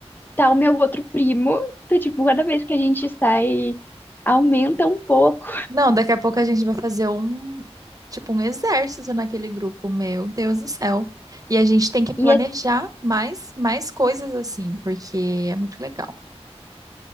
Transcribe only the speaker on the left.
tá o meu outro primo. Então, tipo, cada vez que a gente sai, aumenta um pouco.
E é...